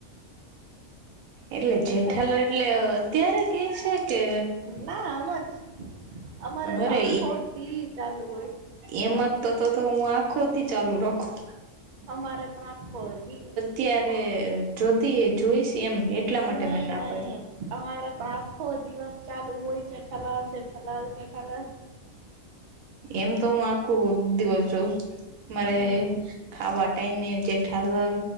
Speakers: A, on the right; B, on the right.
A: એટલે
B: જેઠા
A: જેઠાલાલ લે અત્યારે કે છે કે
B: ના આમ જ અમારે
A: અરે
B: તો આખો દિ ચાલુ હોય
A: એમ જ તો તો તો હું આખો દિ ચાલુ રાખું
B: અમારે પણ આખો દિ
A: ત્યારે જોતી એ જોઈશ એમ એટલા માટે
B: નહી
A: મે ના
B: નહી
A: પાડી
B: અમારે પણ આખો દિવસ ચાલુ હોય જેઠાલાલ જેઠાલાલ જેઠાલાલ
A: એમ તો હું આખો દિવસ જોઉ મારે
B: હમ
A: ખાવા ટાઈમે જેઠાલાલ